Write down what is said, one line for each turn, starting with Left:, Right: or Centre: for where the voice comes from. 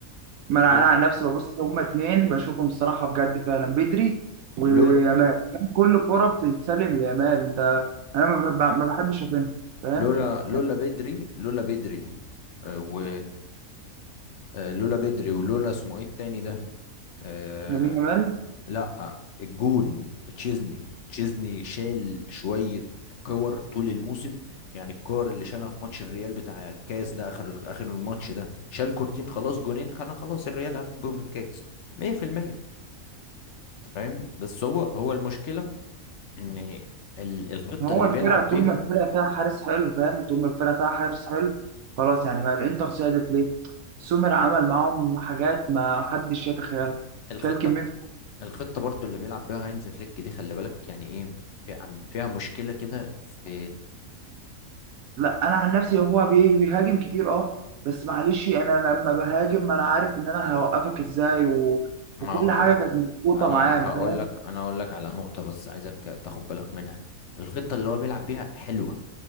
Right: ما انا
Left: بجد
Right: انا عن نفسي ببص هما اتنين بشوفهم الصراحه بجد فعلا بدري ويامال
Left: لولا
Right: يعني كل كرة بتتسلم ليامال انت انا ما بحب- ما بحبش اشوفها فاهم
Left: لولا لولا
Right: يعني
Left: بدري لولا بدري آه، و آه، لولا بدري ولولا اسمه ايه التاني ده آه،
Right: لامين يامال
Left: لا الجون تشيزني تشيزني شال شوية كور طول الموسم يعني الكور اللي شالها في ماتش الريال بتاع الكاس ده اخر اخر الماتش ده شال كورتين خلاص جونين كان خلاص الريال هياخد بيهم الكاس 100% فاهم بس هو هو المشكلة ان ال- الخطة
Right: ما هو
Left: اللي
Right: الفرقه
Left: بيلعب
Right: طول
Left: بيها
Right: ما الفرقه فيها حارس حلو فاهم طول ما الفرقه فيها حارس حلو خلاص يعني ما الانتر سادت ليه سومر عمل معاهم حاجات ما حدش يتخيلها
Left: الخطة
Right: شال كميه
Left: الخطة برضو اللي بيلعب بيها هينز فليك دي خلي بالك يعني ايه في عند فيها مشكلة كده في
Right: لا انا عن نفسي هو بي- بيهاجم كتير اه بس معلش انا لما بهاجم انا عارف ان انا هوقفك ازاي و...
Left: ما
Right: وكل
Left: هو
Right: حاجه
Left: انا
Right: كانت مظبوطه
Left: انا
Right: معاه فاهم
Left: هقول لك انا هقول لك على نقطة بس عايزك تاخد بالك منها الخطة اللي هو بيلعب بيها حلوة